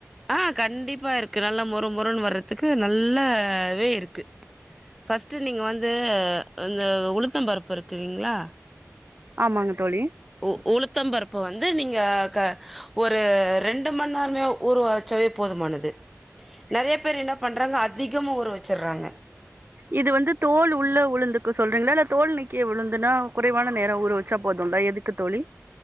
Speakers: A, in the centre; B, on the right (about 40°).
A: ஆ கண்டிப்பா இருக்கு நல்ல மொறு மொறுன் வர்றதுக்கு நல்லாவே இருக்கு ஃபர்ஸ்ட்டு நீங்க வந்து இந்த உளுத்த பருப்பு இருக்கு இல்லைங்ளா
B: ஆமாங்க தோழி
A: உ உளுத்த பருப்பு வந்து நீங்க ஆ க ஒரு ரெண்டு மணி நேரமே ஊரவச்சாவே போதுமானது நெறய பேர் என்ன பண்றாங்க அதிகமா ஊற வச்சுர்றாங்க
B: இது வந்து தோல் உள்ள உளுந்துக்கு சொல்றீங்ளா இல்ல தோல் நீக்கிய உளுந்துன்னா குறைவான நேர ஊற வச்சா போதுல்ல எதுக் க்க தோழி